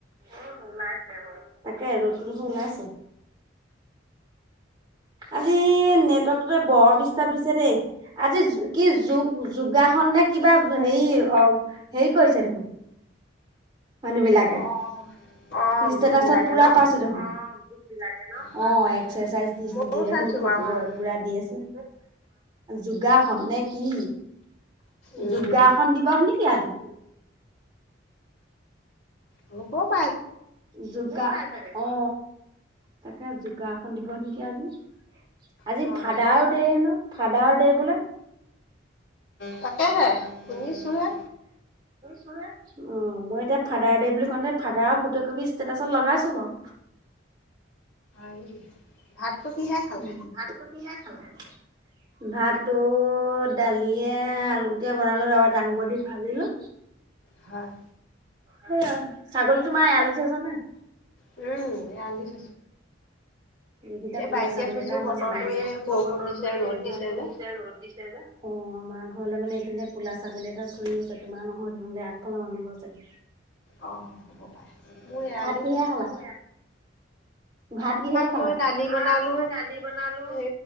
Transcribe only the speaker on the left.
অ', অ',
গোট বিলাকে
ন?
হয়।
ময়ো
চাইছো
বাৰু অ'।
উম,
গ্ৰুপত।
হয়,
তাকেহে, শুনিছোহে।
হয় <unintelligible> কিহে খালে?
হয়।
উম-আলিত-
বাৰীতে
থৈছো
বতৰটো
এই
বৰষুণ
দিছে ৰ'দ
যে।
অ', হ'ব পাৰে। মোৰ এৰাল
দি
থৈছো,
মই দালি
বনালো।
এ